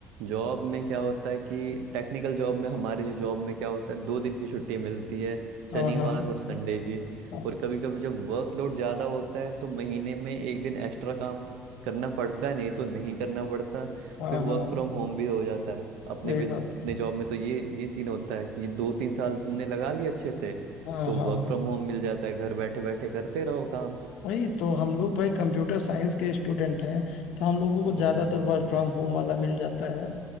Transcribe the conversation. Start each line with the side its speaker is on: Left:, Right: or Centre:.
Right: जॉब में क्या होता है कि टेक्निकल जॉब में हमारे जो जॉब में क्या होता है दो दिन की छुट्टी मिलती है
Left: हाँ
Right: शनिवार
Left: हाँ
Right: और संडे की
Left: हाँ
Right: और कभी कभी जब वर्कलोड ज़्यादा होता है तो महीने में एक दिन एक्स्ट्रा काम करना पड़ता है नहीं तो नहीं करना पड़ता
Left: हाँ
Right: फिर वर्क
Left: हाँ,
Right: फ्रॉम होम भी हो जाता है अपने
Left: सही
Right: बिज-
Left: बात
Right: अपने जॉब में तो ये ये सीन होता है कि दो तीन साल तुमने लगा लिया अच्छे से
Left: हाँ
Right: तो
Left: हाँ
Right: वर्क
Left: हाँ
Right: फ्रॉम होम मिल जाता है घर बैठे बैठे करते रहो काम
Left: वही तो हम लोग भाई कंप्यूटर साइंस के स्टूडेंट हैं तो हम लोगों को
Right: हम्म,
Left: ज्यादातर वर्क फ्रॉम होम वाला मिल जाता है